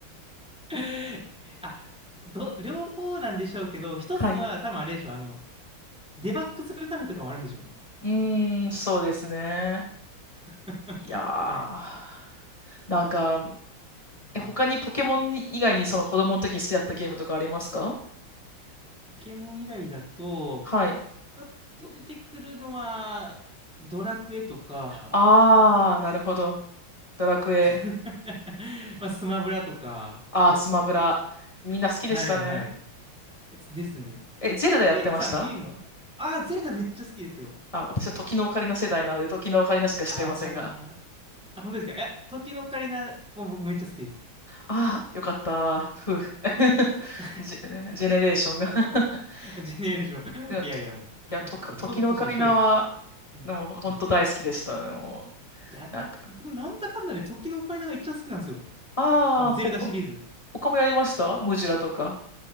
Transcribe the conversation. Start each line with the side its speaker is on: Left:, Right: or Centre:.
Centre: <laughs> あ、ど、両方なんでしょうけど、一つは多分あれでしょう、
Left: はい。
Centre: あの、デバッグするためとかもあるんでしょうね。
Left: うーん、そうですね。
Centre: <laughs>
Left: いやー、
Centre: はい。
Left: なんか、
Centre: はい
Left: え、他にポケモン以外にその子供の時に好きだったゲームとかありますか
Centre: ポケモン以外だと、
Left: はい。
Centre: パッと出てくるのは、ドラクエとか、
Left: あー、なるほど。ドラクエ。
Centre: <laughs> まあ、スマブラとか、
Left: あー、スマブラ。みんな好きでしたね。
Centre: はいはい。やつですね。
Left: え、ゼルダやってました
Centre: ゆえさんゲームは、ああゼルダめっちゃ好きですよ。
Left: あ、私は時のオカリナ世代なので、時のオカリナしか知ってませんが。
Centre: あ、わかるわ。あ、本当ですかいや、時のオカリナも僕めっちゃ好きです。
Left: あー、よかった。ふう。<laughs>
Centre: ちょ、<laughs>
Left: ジェ、ジェネレーションが <laughs>
Centre: ジェネレーション。
Left: いや、
Centre: いやいや、
Left: と、
Centre: も
Left: いや、と、時のオカリナは、
Centre: う、もうほとんど年一緒ですよ。はい。
Left: でも、
Centre: はい。
Left: 本当大好きでした。もう、
Centre: いや、
Left: なんか。
Centre: 僕もなんだかんだで時のオカリナが一番好きなんですよ。
Left: あー、
Centre: あの、ゼルダシリーズ。
Left: ほか他もやりましたムジュラとか。